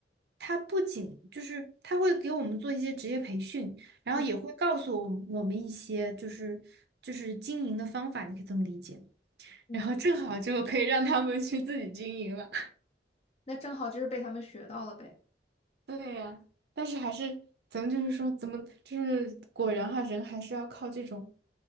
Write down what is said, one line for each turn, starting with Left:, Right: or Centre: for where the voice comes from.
Right: 她不仅就是她会给我们做一些职业培训，然后也会告诉我们我们一些就是就是经营的方法，
Left: 嗯
Right: 你可以这么理解，
Left: 嗯，
Right: 然后正好就可以让他们去自己经营了。
Left: 嗯，那正好就是被他们学到了呗。
Right: 对呀，但是还是咱们就是说，怎么就是果然哈，人还是要靠这种，